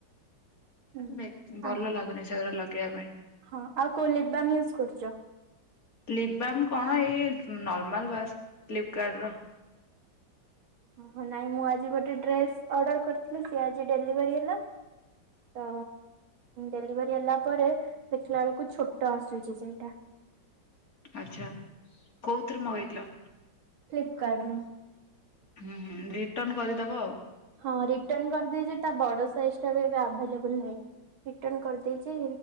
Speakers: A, on the right; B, on the left.
A: ହୁଁ
B: ବେ ଭଲ
A: ଆଉ
B: ଲାଗୁନି ସଗୁରା ଲଗେଇବା ପାଇଁ।
A: ହଁ ଆଉ କୋଉ ଲିିପ୍ ବାମ ୟୁଜ୍ କରୁଚ?
B: ଲିପବାମ କଣ ଏଇ ନର୍ମାଲ ବାସ୍ ଫ୍ଲିପକାର୍ଡ ର।
A: ଓହୋ ନାଇଁ ମୁଁ ଆଜି ଗୋଟେ ଡ୍ରେସ ଅର୍ଡର କରିଥିଲି ସେ ଆଜି ଡେଲିଭରି ହେଲା। ତ ଡେଲିଭରି ହେଲା ପରେ ଦେଖିଲା ବେଳକୁ ଛୋଟ ଆସୁଚି ସେଇଟା।
B: ଆଚ୍ଛା କୋଉଥିରୁ ମଗେଇଥିଲ?
A: ଫ୍ଲିପକାର୍ଡରୁ।
B: ହୁଁ ହୁଁ ରିଟର୍ନ କରିଦବ ଆଉ।
A: ହଁ ରିଟର୍ନ କରିଦେଇଚି ତା ବଡ ସାଇଜ୍ ଟା ବି ଏବେ ଆଭେଲେବୁଲ ନାହିଁ। ରିଟର୍ନ କରିଦେଇଚି